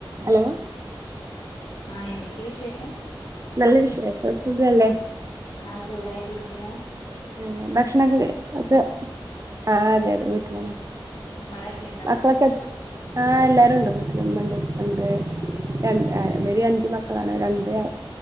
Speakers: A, on the right; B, on the left.
A: Hello
B: ആഹ് എന്തെക്കെ വിശേഷം?
A: നല്ല വിശേഷ. സുഖല്ലേ?
B: ആഹ് സുഖായിട്ടിരിക്ക് ണ്
A: ഏഹ് ഭക്ഷണൊക്കെ ഒക്കെ ആഹ് അതെ യതെ വീട്ടിലാണ്.
B: മഴയൊക്കെ ഉണ്ടോ
A: മക്കളൊക്കെ ആഹ് എല്ലാരുണ്ട് വീട്ട്ല് ഉമ്മ ണ്ട് ഉപ്പണ്ട് ര എഹ് ഇവര് അഞ്ച് മക്കളാണ് രണ്ടാ